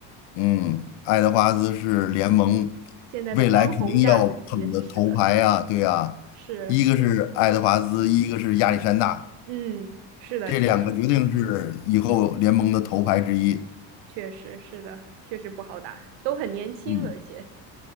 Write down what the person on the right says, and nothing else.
现在的当红炸子鸡，
是的，
是，
嗯，是的，
是的，确实是的，确实不好打，都很年轻，
而且